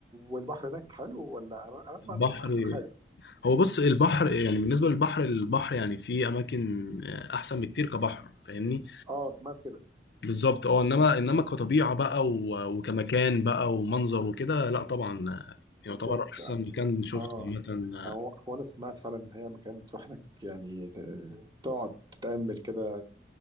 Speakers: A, on the right; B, on the left.
A: والبحر هناك حلو ولا انا أنا اسمع
B: البحر
A: ان هو مش احسن حاجه
B: هو بص البحر يعني بالنسبة للبحر البحر يعني في أماكن آه، أحسن بكتير كبحر فاهمني
A: اه سمعت كده
B: بالظبط اه انما انما كطبيعه بقى و- وكمكان بقى ومنظر وكده لا طبعا آه، يعتبر
A: بالظبط
B: احسن
A: اه
B: مكان شفته
A: آه،
B: عامه آه،
A: هو هو انا سمعت فعلا ان هي مكان تروح هناك يعني ت- تقعد تتامل كده